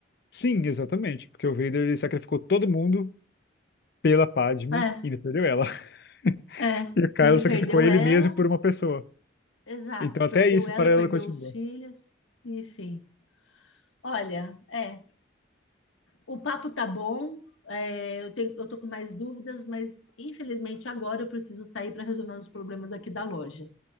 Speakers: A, on the left; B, on the left.
A: Sim, exatamente. Porque o Vader ele sacrificou todo mundo pela Padme
B: É,
A: e ainda perdeu ela. <laughs>
B: é.
A: E o Kylo
B: E aí
A: sacrificou
B: perdeu
A: ele
B: ela.
A: mesmo por uma pessoa.
B: Exato.
A: Então
B: Perdeu
A: até isso
B: ela,
A: para ela
B: perdeu
A: continua.
B: os filhos. Enfim. Olha, é. O papo tá bom. é, eu tenho, eu tô com mais dúvidas, mas infelizmente agora eu preciso sair para resolver os problemas aqui da loja.